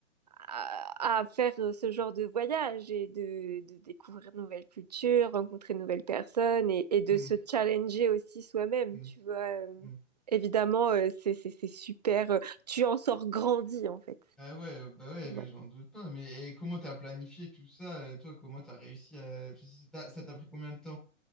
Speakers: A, on the right; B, in the centre.
A: à, à faire euh, ce genre de voyage et de, de découvrir de nouvelles cultures, rencontrer de nouvelles personnes et, et de
B: Hmm,
A: se challenger aussi soi-même,
B: hmm,
A: tu vois. Euh,
B: hmm.
A: évidemment, euh, c'est, c'est, c'est super. euh, tu en sors grandi en fait.
B: Ah ouais, bah ouais, mais
A: Ouais.
B: j'en doute pas. Mais et comment t'as planifié tout ça? euh, Toi, comment t'as réussi à... Ça t'a ça t'a pris combien de temps?